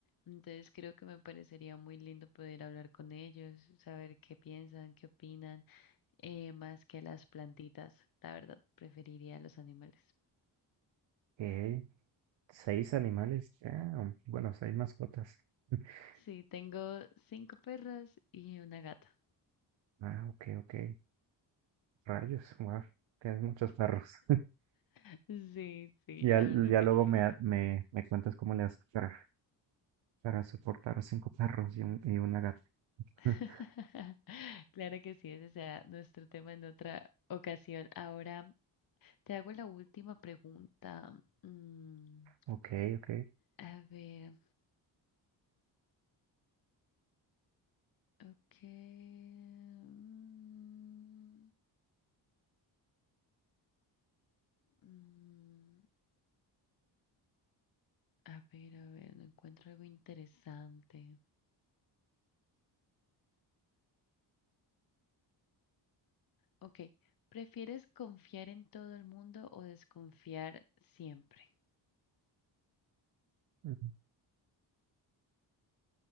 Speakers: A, on the left; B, on the right.
A: entonces creo que me parecería muy lindo poder hablar con ellos, saber qué piensan, qué opinan, eh, más que las plantitas. La verdad, preferiría los animales.
B: ok, seis animales, ah, bueno, seis mascotas. <laughs>
A: Sí, tengo cinco perras y una gata.
B: Ah, ok, ok. Rayos, wow, tienes muchos perros.
A: <laughs> Sí, sí,
B: Y Ya,
A: la verdad
B: ya
A: que
B: luego
A: sí.
B: me, me, me cuentas cómo le haces para, para soportar cinco perros y, un- y una gata.
A: <laughs>
B: <laughs>
A: Claro que sí, ese será nuestro tema en otra ocasión. Ahora te hago la última pregunta. Mm,
B: Ok, ok.
A: a ver, ok. mm, mm, a ver, a ver, no encuentro algo interesante. Ok, ¿prefieres confiar en todo el mundo o desconfiar siempre?
B: Ujú.